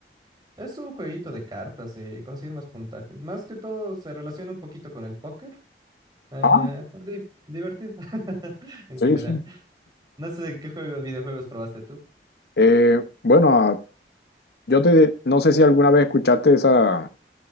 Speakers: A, on the right; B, on the left.
A: Es un jueguito de cartas y conseguir más puntajes. Más que todo se relaciona un poquito con el póker. Eh,
B: Ah,
A: di- divertido <laughs> en
B: sí,
A: general.
B: sí.
A: No sé qué juegos, videojuegos probaste tú.
B: Eh, bueno, ah, yo te, no sé si alguna vez escuchaste esa,